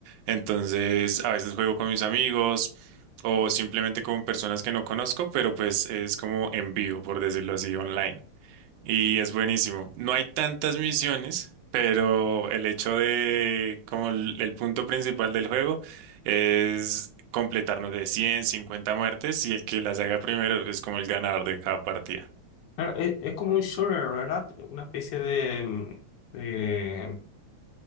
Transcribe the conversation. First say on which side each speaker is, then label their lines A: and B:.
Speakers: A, on the right; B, on the left.
A: Entonces, a veces juego con mis amigos o simplemente con personas que no conozco, pero pues es como en vivo, por decirlo así, online. Y es buenísimo. No hay tantas misiones, pero el hecho de, como el, el punto principal del juego, es completarnos de 100, 50 muertes y el que las haga primero es como el ganador de cada partida.
B: Claro, es, es como un shooter, ¿verdad? Una especie de, mm, de,